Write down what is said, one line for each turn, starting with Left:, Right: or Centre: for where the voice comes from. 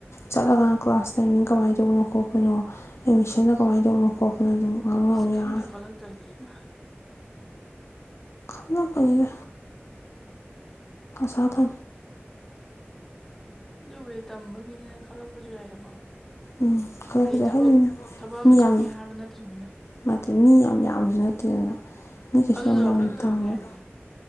Left: ꯆꯠꯂꯀꯥꯟ ꯀ꯭ꯂꯥꯁ ꯇꯥꯏꯃꯤꯡ ꯀꯃꯥꯏꯅ ꯇꯧꯕꯅꯣ ꯈꯣꯠꯄꯅꯣ ꯑꯦꯠꯃꯤꯁꯟꯅ ꯀꯃꯥꯏꯅ ꯇꯧꯕꯅꯣꯣ ꯀꯣꯄꯅ ꯑꯗꯨꯝ ꯉꯥꯡꯅꯕ
Centre: ꯏꯁ ꯈꯪꯉꯒꯣꯂꯥꯛꯛꯇꯗꯤ
Left: ꯌꯥꯔꯅꯤ
Centre: ꯏ ꯃꯥ
Left: ꯑꯅ ꯀꯔꯦ ꯁꯥꯊ
Centre: ꯑꯗꯨꯕꯨꯗꯤ ꯇꯝꯕꯒꯤꯅꯤꯅ ꯈꯜꯂꯛꯄꯁꯨ ꯌꯥꯏꯗꯀꯣ
Left: ꯎꯝ ꯈꯖ
Centre: ꯍꯥꯏꯗꯤ
Left: ꯈꯖ
Centre: ꯊꯕꯛ
Left: ꯍꯥꯏ
Centre: ꯊꯕꯛ ꯑꯃ
Left: ꯃꯤ ꯌꯥꯝ
Centre: ꯆꯪꯉꯦ ꯍꯥꯏꯕ ꯅꯠꯇ꯭ꯔꯤꯕꯅꯤꯅ
Left: ꯅꯠꯇꯦ ꯃꯤ ꯌꯥꯝ ꯌꯥꯝꯕꯁꯨ ꯅꯠꯇꯦꯗꯅ ꯃꯤ ꯀꯩꯁꯨ
Centre: ꯑꯗꯨꯗꯣ
Left: ꯌꯥꯝ ꯌꯥꯝꯅ
Centre: ꯀꯩꯅꯣ ꯇꯧꯍꯧꯕ
Left: ꯇꯧꯔꯣꯏ
Centre: ꯌꯥꯅꯤ